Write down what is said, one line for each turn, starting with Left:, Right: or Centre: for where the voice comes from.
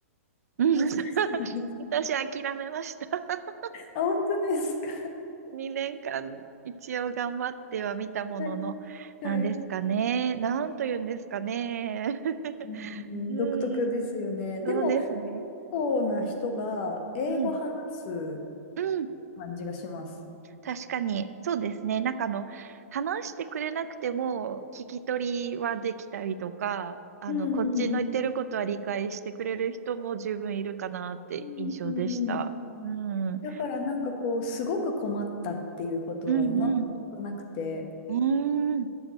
Right: うん
Left: 難しいです。
Right: <laughs> 私諦めました。<laughs>
Left: あ、本当ですか。
Right: 2年間一応頑張っては見たものの、
Left: はい、
Right: なんですかね。
Left: はい。
Right: なんと言うんですかね。<laughs>
Left: うん、
Right: うん。
Left: 独特ですよね。でも、
Right: そうですね。
Left: 結構な人が英語話す
Right: うん。うん。
Left: 感じがします。
Right: 確かに、そうですね。なんかあの、話してくれなくても、聞き取りはできたりとか、あの、
Left: うんうんうん。
Right: こっちの言ってることは理解してくれる人も十分いるかなって印象でした。
Left: うんうんうん。
Right: うん。うん
Left: だからなんかこう、すごく困ったっていうことは今のところなくて、
Right: うん。うーん。